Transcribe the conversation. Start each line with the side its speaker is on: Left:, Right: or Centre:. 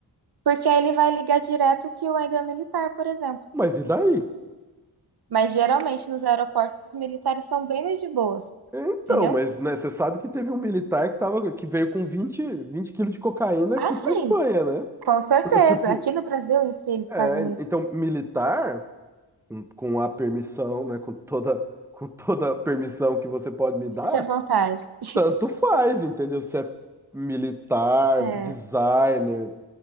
Right: Porque aí ele vai ligar direto que o ainda é militar, por exemplo.
Centre: Mas e daí?
Right: Mas geralmente nos aeroportos os militares são bem mais de boas,
Centre: É, Então,
Right: entendeu?
Centre: mas né, você sabe que teve um militar que, tava, que veio com vinte vinte quilos de cocaína
Right: Ah,
Centre: aqui
Right: sim,
Centre: para Espanha, né?
Right: com certeza.
Centre: Então, tipo,
Right: Aqui no Brasil em si eles
Centre: é,
Right: fazem isso.
Centre: então, militar, com, com a permissão, né? Com toda, com toda a permissão que você pode me
Right: Fique
Centre: dar,
Right: à vontade. <laughs>
Centre: tanto faz, entendeu? Se é militar,
Right: É.
Centre: designer,